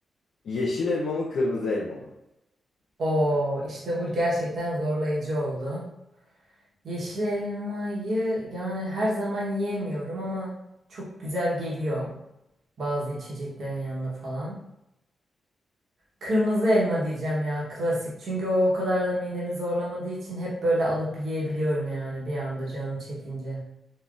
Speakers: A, on the left (about 75°); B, on the right (about 65°).
A: Yeşil elma mı kırmızı elma mı?
B: Oo işte bu gerçekten zorlayıcı oldu. Yeşil elmayı yani her zaman yiyemiyorum ama çok güzel geliyor. Bazı içeceklerin yanında falan. Kırmızı elma diyeceğim ya klasik. Çünkü o o kadar da midemi zorlamadığı için hep böyle alıp yiyebiliyorum yani bir anda canım çekince.